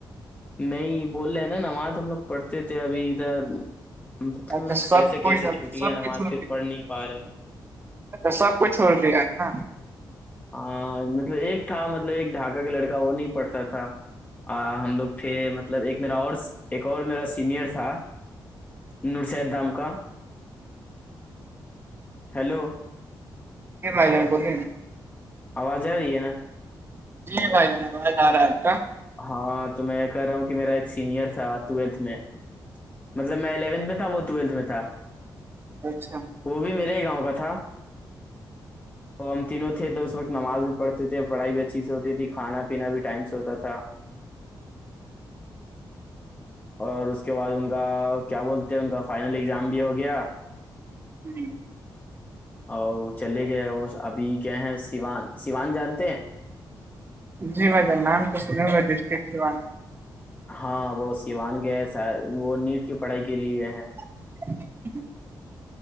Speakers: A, on the left (about 20°); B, on the right (about 25°).
A: نہیں بول رہے ہیں نا نماز ہم لوگ پڑھتے تھے ابھی ادھر مطلب
B: اچھا سب
A: کیسے
B: کوئی
A: کیسے چھوٹی
B: سب
A: ہے نماز
B: کو چھوڑ
A: پھر
B: دیا
A: پڑھ نہیں پا رہے ہیں
B: اچھا سب کچھ ہو رہیا ہے نا
A: ہاں مطلب ایک تھا مطلب ایک ڈھاکہ کا لڑکا وہ نہیں پڑھتا تھا ہم لوگ تھے مطلب ایک میرا اور ایک اور میرا سینئر تھا نورشید دام کا ہیلو
B: مائ جان بولے
A: آواز آ رہی ہے نا
B: جی بھائی جائی باز آ رہا ہے آپ کا
A: ہاں تو میں یہ کہہ رہا ہوں کہ میرا ایک سینئر تھا ٹویلتھ میں مطلب میں الیونتھ میں تھا وہ ٹویلتھ میں تھا
B: اچھا
A: وہ بھی میرے ہی گاؤں کا تھا اور ہم تینوں تھے تو اس وقت نماز بھی پڑھتے تھے پڑھائی بھی اچھی سے ہوتی تھی کھانا پینا بھی ٹائم سے ہوتا تھا اور اس کے بعد ان کا کیا بولتے ہیں ان کا فائنل اگزام بھی ہو گیا
B: جی جی
A: اور چلے گئے اور ابھی گئے ہیں سیوان سیوان جانتے ہیں
B: جی بھائی نام تو سنے ہو گئے ڈسٹک سیوان
A: ہاں وہ سیوان گئے وہ نیٹ کی پڑھائی کے لیے گئے ہیں
B: <inaudible>